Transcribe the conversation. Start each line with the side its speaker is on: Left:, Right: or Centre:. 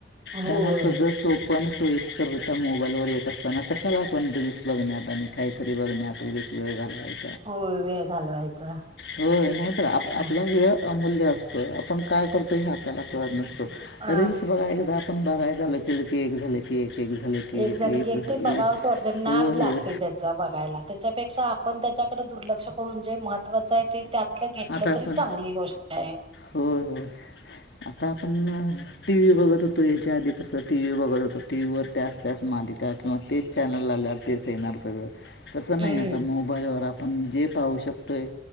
Right: होय
Left: त्यामुळ सगळ सोप पण सोयीस्करित्या मोबाईलवर येत असताना कशाला आपण रिल्स बघण्यात आणि काय काहीतरी बघण्यात उगच वेळ घालवायचा.
Right: होय वेळ घालवायचा.
Left: होय नाहीतर आप
Right: ह
Left: आपला वेळ अमूल्य असतोय. आपण काय करतो, हे आपल्याला कळत नसतो.
Right: अ
Left: रील्स बघाय एकदा आपण बघाय चालू केल की एक झाल की एक. एक एक झाले की एक,
Right: झालं
Left: एक झाले
Right: ते
Left: की
Right: बघावंसं
Left: एक,
Right: वाटतं नाद
Left: होय
Right: लागते
Left: होय.
Right: त्याचा त्याच्यापेक्षा आपण त्याच्याकड दुर्लक्ष करून जे महत्त्वाच आहे ते त्यातल घेतल
Left: आता आपण
Right: तरी चांगली गोष्ट आहे.
Left: होय होय आता आपण टी व्ही बघत होतो. याच्या आधी कस टी व्ही बघत होत, टी व्हीवर त्याच त्याच मालिका किंवा तेच चॅनल लावल्यावर तेच येणार सगळ. तस नाही
Right: हम्म.
Left: आता मोबाईलवर आपण जे पाहू शकतोय